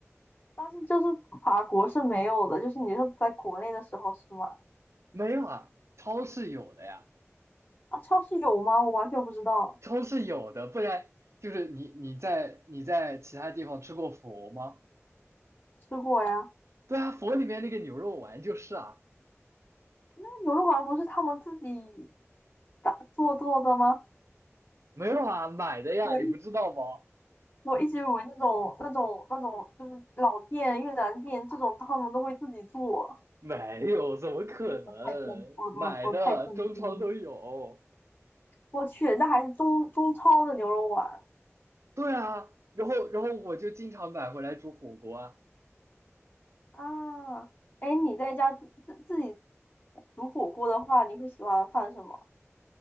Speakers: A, on the left; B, on the right.
A: 但是就是法国是没有的，就是你说在国内的时候是吗？
B: 没有啊，超市有的呀，
A: 啊，超市有吗？我完全不知道，
B: 超市有的，不然就是你你在你在其他地方吃过佛吗？
A: 吃过呀。
B: 对啊，佛里面那个牛肉丸就是啊，
A: 那牛肉丸不是他们自己打做做的吗？
B: 没有啊，买的呀，
A: 我一
B: 你不知道吗？
A: 我一直以为那种那种那种就是老店越南店这种他们都会自己做，
B: 没有，怎么可能？
A: 太天，我我我太天真了。
B: 买的，中超都有。
A: 我去，那还是中中超的牛肉丸
B: 对啊，然后然后我就经常买回来煮火锅啊，
A: 啊！哎，你在家自自自己煮火锅的话，你会喜欢放什么